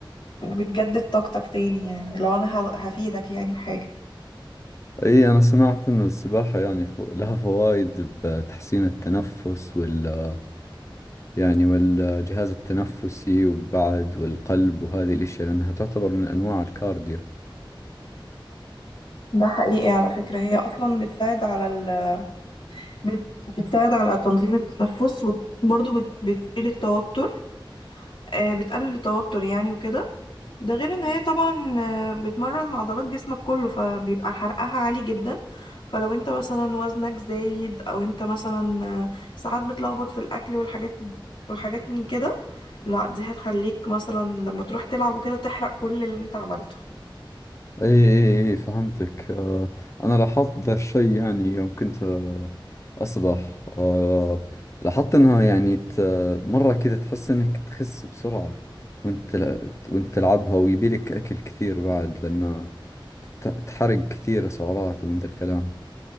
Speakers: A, on the left; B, on the left.
A: وبتجدد طاقتك تاني يعني لو أنا ه... هفيدك يعني في حاجة
B: إي أنا سمعت أن السباحة يعني خ- لها فوائد بتحسين التنفس وال يعني والجهاز التنفسي وبعد والقلب وهذه الأشياء لأنها تعتبر من أنواع الكارديو
A: ده حقيقي على فكرة هي أصلا بتساعد على ال... بت... بتساعد على تنظيم التنفس وبرضه بت... بتشيل التوتر آه، بتقلل التوتر يعني وكده ده غير ان هي طبعا آه، بتمرن عضلات جسمك كله فبيبقى حرقها عالي جدا فلو انت مثلا وزنك زايد او انت مثلا آه، ساعات بتلخبط في الاكل والحاجات والحاجات من كده لا دي هتخليك مثلا لما تروح تلعب وكده تحرق كل اللي انت عملته
B: اي اي اي فهمتك آه، انا لاحظت ذا الشيء يعني يوم كنت آه، اسبح آه، لاحظت انها يعني ت- مرة كذا تحس انك تخس بسرعة وانت تل- وانت تلعبها ويبيلك اكل كثير بعد لان ت- تحرق كثير سعرات ومن ذا الكلام